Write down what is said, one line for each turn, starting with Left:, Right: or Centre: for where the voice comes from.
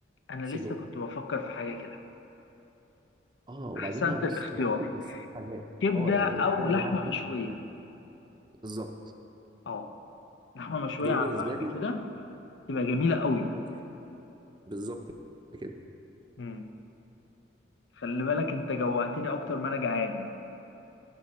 Left: انا
Right: صدق
Left: لسه كنت بفكر في حاجه كده
Right: اه وبعدين
Left: احسنت
Right: بقى بص
Left: الاختيار
Right: الفلفل بس حراق
Left: كبده
Right: اه يعني
Left: او
Right: تعمل
Left: لحمه
Right: معاها فلفل
Left: مشويه
Right: مش حراق بالظبط
Left: اه لحمه مشويه
Right: دول
Left: على
Right: بالنسبه
Left: الفحم
Right: لي
Left: كده تبقى جميله قوي
Right: ممكن يبقى- بالظبط كده
Left: مم. خلي بالك انت جوعتني اكتر ما انا جعان